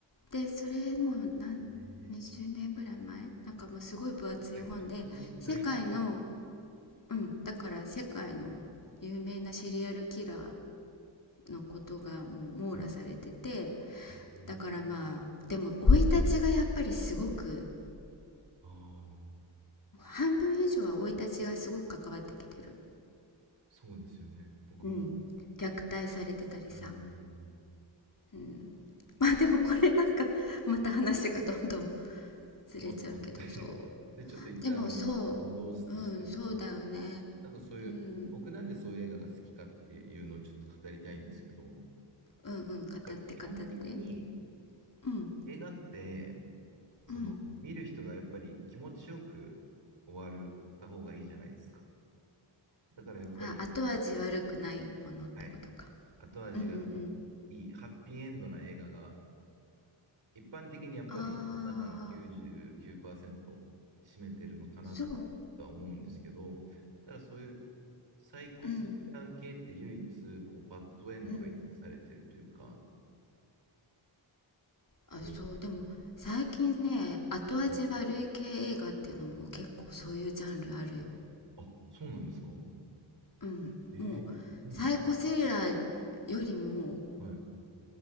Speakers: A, on the left; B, on the right.
A: でそれもう何20年ぐらい前なんかもうすごい分厚い本で世界の
B: えー世界殺人大百科。
A: うん、だから世界の有名なシリアルキラーのことがもう網羅されてて
B: はい。えー
A: だからまあでも生い立ちがやっぱりすごく
B: ああ、
A: 半分以上は生い立ちがすごく関わってきてる、
B: そうですよね。僕も、
A: うん、虐待されてたりさ、
B: うん、
A: うん、まあでもこれなんかまた話がどんどんずれちゃうけどそ
B: まあそうですね。<laughs> で、ちょっと一旦戻すとすると、
A: うでもそううんそうだよね、
B: なんかそういう、
A: うん、
B: 僕なんでそういう映画が好きかっていうのをちょっと語りたいんですけど、なん
A: うんうん語って語って
B: か基本的に
A: うん
B: 映画って、その、
A: うん
B: 見る人がやっぱり気持ちよく終わるた方がいいじゃないですか。だからやっぱり、
A: あ、後味悪くないものってことか。
B: はい。後味が
A: うんうんうん。
B: いい、ハッピーエンドな映画が、一般的にやっぱり世の中の99%
A: ああ、
B: 占めてるのかな
A: そう、
B: とは思うんですけど、ただそういうサイコスリラー系って唯一、
A: うん、
B: こう、バッドエンドが許されてるというか、
A: うん。あ、
B: こう、
A: そう、でも最近ね、後味悪い系映画っていうのも結構そういうジャンルあるよ。
B: はいあ、そうなんですか
A: うん。
B: ええそうなの
A: もう、サイコスリラーよりも、
B: はい。